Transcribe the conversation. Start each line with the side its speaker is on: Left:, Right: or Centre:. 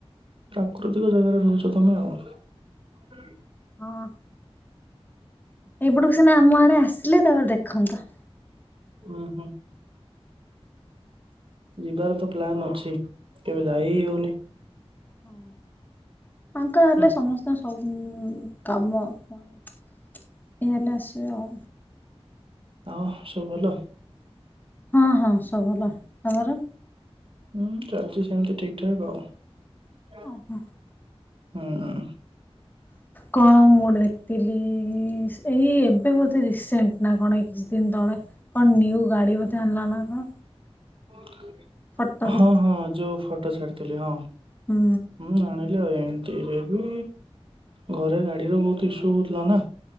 Right: ପ୍ରାକୃତିକ ଜାଗାରେ ରହୁଛ ତମେ ଆଉ
Left: ହଁ। ଏଇପଟକୁ ସିନା ଆମ ଆଡ଼େ ଆସିଲେ ତାପରେ ଦେଖନ୍ତ ।
Right: ହୁଁ ହୁଁ ଯିବାର ତ ପ୍ଲାାନ ଅଛି କେବେ ଯାଇ ହି ହଉନି।
Left: ହଁ ଫାଙ୍କା ହେଲେ
Right: ହୁଁ
Left: ସମସ୍ତେ ଆସିବ ସମ କାମ କ ଇଏ ହେଲେ ଆସିବ ଆଉ।
Right: ଆଁ ସବୁ ଭଲ।
Left: ହଁ ହଁ ସବୁ ଭଲ ତମର?
Right: ଉଁ ଚାଲିଚି ସେମିତି ଠିକ ଠାକ ଆଉ।
Left: ଓହୋ।
Right: ଉଁ
Left: କଣ ମୁଁ ଗୋଟେ ଦେଖଥିଲି। ଏଇ ଏବେ ବୋଧେ ରିସେଣ୍ଟ ନା କଣ କିଛି ଦିନ ତଳେ କଣ ନିୟୁ ଗାଡ଼ି ବୋଧେ ଆଣିଲା ନା କଣ?
Right: ହଁ <unintelligible>
Left: ଫଟୋ ଦେଖିଥିଲି।
Right: ହଁ ହଁ ଯୋଉ ଫଟ ଫଟୋ ଛାଡ଼ିଥିଲି ହଁ।
Left: ହୁଁ
Right: ହୁଁ ଆଣିଲି ଆଉ ଏଇ ତେରେ ବି ଘରେ ଗାଡ଼ିର ବହୁତ ଇସୁ ହଉଥିଲା ନା।